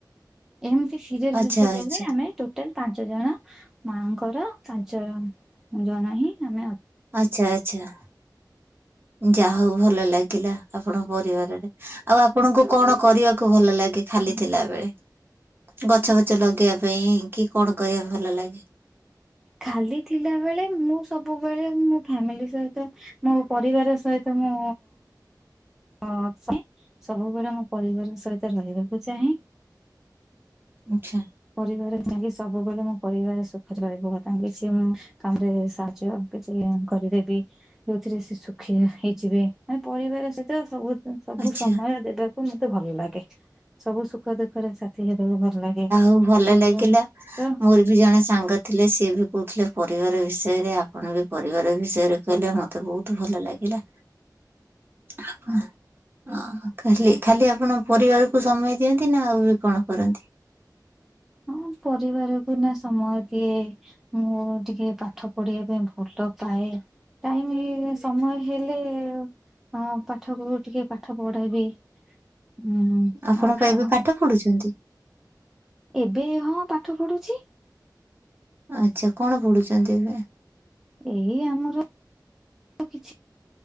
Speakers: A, in the centre; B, on the right.
A: ଏମିତି ସିରିଏଲ
B: ଆଚ୍ଛା
A: ମିଶିକିରୀ
B: ଆଚ୍ଛା
A: ଆମେ ଟୋଟାଲ ପାଞ୍ଚ ଜଣ ମାଙ୍କର ପାଞ୍ଚ ଜଣ <unintelligible>
B: ଆଚଛା ଆଚଛା <inaudible> ଯାହା ହଉ ଭଲ ଲାଗିଲା ଆପଣଙ୍କ ପରିବାରରେ ଆଉ ଆପଣଙ୍କୁ କଣ କରିବାକୁ ଭଲ ଲାଗେ ଖାଲି ଥିଲା ବେଳେ? ଗଛ ଫଛ ଲଗେଇବା ପାଇଁ କି କଣ କରିବାକୁ ଭଲ ଲାଗେ।
A: ଖାଲି ଥିଲା ବଳେ ମୁଁ ସବୁବେଳେ ମୋ ଫ୍ୟାମିଲି ସହିତ ମୋ ପରିବାର ସହିତ ମୁଁ ହ ସବୁବେଳେ ମୋ ପରିବାର ସହିତ ରହିବାକୁ ଚାହେଁ।
B: ଆଚଛା
A: ପରିବାର ଯାଇକି ସବୁବେଲେ ମୋ ପରିବାର ସୁଖରେ ରହିବ ତାଙ୍କୁ କିଛି ମୁଁ କାମ ରେ ସାହାଯ୍ୟ କିଛି କରିଦେବି ଯୋଉଥିରେ ସେ ସୁଖୀ ହେଇଯିବେ ମାନେ ପରିବାର ସହିତ ସବୁ ସବୁ
B: ଆଚ୍ଛା
A: ସମୟ ଦେବାକୁ ମତେ ଭଲ ଲାଗେ ସବୁ ସୁଖ ଦୁଃଖରେ ସାଥି ହେବାକୁ ଭଲ ଲାଗେ।
B: ଉ ଭଲ
A: ପରିବାର
B: ଲାଗିଲା
A: ତ
B: ମୋର ବି ଜଣେ ସାଙ୍ଗ ଥିଲେ ସିଏ ବି କହୁଥିଲେ ପରିବାର ବିଷୟରେ ଆପଣ ବି ପରିବାର ବିଷୟରେ କହିଲେ ମତେ ବହୁତ ଭଲ ଲାଗିଲା। ହ ଅ ହ ଖାଲି ଖାଲି ଆପଣ ପରିବାରକୁ ସମୟ ଦିଅନ୍ତି ନା ଆଉ ବି କଣ କରନ୍ତି?
A: ହଁ ପରିବାରକୁ ନା ସମୟ ଦିଏ। ମୁଁ ଟିକେ ପାଠ ପଢିବା ପାଇଁ ଭଲ ପାଏ। ଟାଇମ୍ ସମୟ ହେଲେ ଏ ହଁ ପାଠକୁ ବି ଟିକେ ପାଠ ପଢେଇବି। ହୁଁ
B: ଆପଣ
A: ଆଉ
B: ପା
A: କଣ
B: ଏବେ ପାଠ
A: କ
B: ପଢୁଛନ୍ତି
A: ଏବେ ହଁ ପାଠ ପଢୁଛି।
B: ଆଚ୍ଛା କଣ ପଢୁଛନ୍ତି ଏବେ
A: ଏଇ ଆମର କିଛି